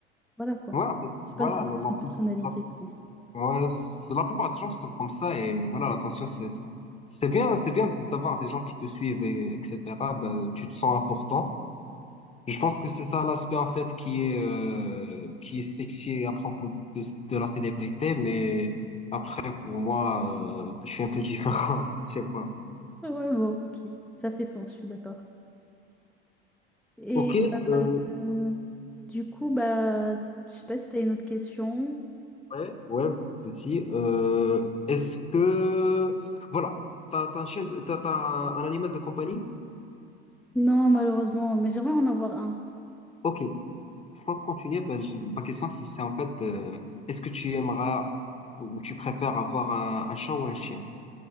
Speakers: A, in the centre; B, on the left (about 20°).
A: voilà quoi.
B: Ouais, en fait,
A: Je
B: voilà,
A: passe une
B: la,
A: question de personnalité,
B: la,
A: je pense.
B: Ouais, c'est- la plupart des gens sont comme ça et voilà, l'attention, c'est, c'est bien, c'est bien d'avoir des gens qui te suivent et etc. Ben, tu te sens important. Je pense que c'est ça l'aspect en fait qui est euh, qui est sexy à propos de, de la célébrité, mais après pour moi, euh, je suis un peu différent, <laughs> je sais pas.
A: Ouais, bon, ok. Ça fait sens, je suis d'accord. Et
B: Ok, euh,
A: euh, euh, du coup, bah, je sais pas si t'as une autre question.
B: ouais, ouais, aussi. Euh, est-ce que voilà, t'as, t'as un chien, de- t'as, t'as un animal de compagnie?
A: Non, malheureusement, mais j'aimerais en avoir un.
B: Ok, sans continuer, ben, je- ma question c'est c'est en fait, euh, est-ce que tu aimeras ou tu préfères avoir un, un chat ou un chien?